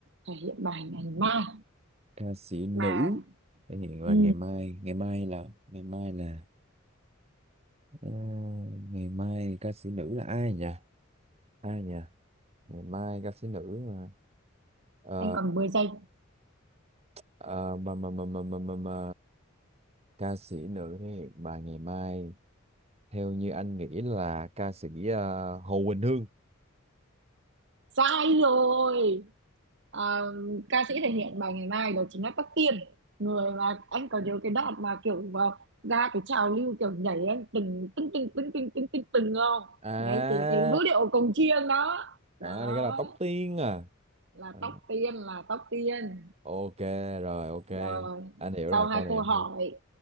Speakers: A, on the right; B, on the right.
A: Thể hiện bài ngày mai
B: ca sĩ nữ
A: mà
B: thể hiện là
A: ừ,
B: ngày mai ngày mai là ngày mai là Ờ, ngày mai ca sĩ nữ là ai nhỉ ai nhỉ ngày mai ca sĩ nữ mà ờ
A: anh còn 10 giây.
B: ờ, mà mà mà mà mà mà mà ca sĩ nữ thì bà ngày mai theo như anh nghĩ là ca sĩ ờ, Hồ Quỳnh Hương
A: Sai rồi. Ờ, ca sĩ thể hiện bài ngày mai đó chính là Tóc Tiên. Người mà anh có nhớ cái đoạn mà kiểu vào ra cái trào lưu kiểu nhảy anh từng từng từng từng từng từng từng từng không?
B: à
A: Đấy cái cái vũ điệu cồng chiêng đó. Đó
B: à này cái là tóc tiên à
A: là
B: À,
A: Tóc Tiên là Tóc Tiên.
B: ok rồi ok
A: Rồi,
B: anh hiểu rồi
A: sau hai
B: câu này
A: câu
B: anh
A: hỏi
B: thua